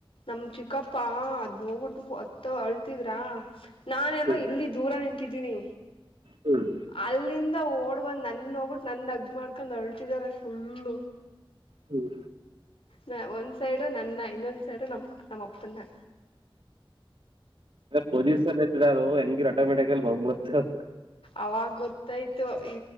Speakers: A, on the left; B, on the right.
A: ನ ಚಿಕ್ಕಪ್ಪಾ ಅದ್ ನೋಡ್ ಬಿಟ್ಟು ಹತ್ತು ಅಲ್ ಅತ್ತಿದ್ರ ನಾನೆಲ್ಲೋ
B: ಹ್ಮ್
A: ಇಲ್ಲಿ ದೂರ ನಿಂತ ತ್ತಿದ್ದೀನಿ
B: ಹ್ಮ್
A: ಅಲ್ಲಿಂದ್ ಓಡ್ ಬಂದು ನನ್ ನೋಡ್ಬಿಟ್ಟು ನನ್ನ ಅಗ್ಗ್ ಮಾಡ್ಕೊಂಡ್ ಅಳ್ತಿದಿದ್ದಾರೆ ಫುಲ್ಲ
B: ಹ್ಮ್
A: ನ ಒಂದ್ ಸೈಡು ನನ್ನ ಇನ್ನೊಂದ್ ಸೈಡು ನಮ್ಮ ನಮ್ಮ ಅಪ್ಪ್ನಾ
B: ಪೊಲೀಸ್ ಅವರಿದ್ರು ಇದ್ರ ಅದು ಹೆಂಗಿ ಆಟೋಮ್ಯಾಟಿಕ್ ಅಲ್ಲಿ ಒಂದಬಿಡುತ್ತ
A: ಅವಾಗ ಗೊತ್ತಾಯ್ತು ಇ